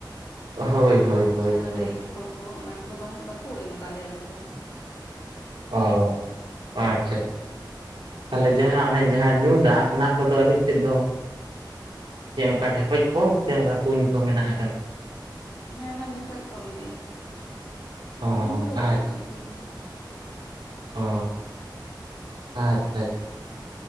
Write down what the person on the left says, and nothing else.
ᱡᱟᱦᱟᱸ ᱫᱚ
ᱴᱟᱭᱤᱢ ᱠᱚᱞ ᱠᱚ ᱚᱱᱟ ᱠᱚᱫᱚ ᱵᱟᱹᱱᱩᱜ ᱵᱟᱠᱚ ᱮᱢ ᱟᱠᱟᱫ ᱞᱮᱭᱟ ᱟᱞᱮ ᱫᱚ᱾
ᱦᱮᱸ ᱚᱱᱟ ᱰᱷᱮᱠᱚᱡ ᱠᱚᱞ ᱜᱮ
ᱠᱩᱧ ᱠᱚᱫᱚ ᱵᱟᱹᱱᱩᱜᱼᱟ
ᱠᱩᱧ ᱠᱚᱫᱚ᱾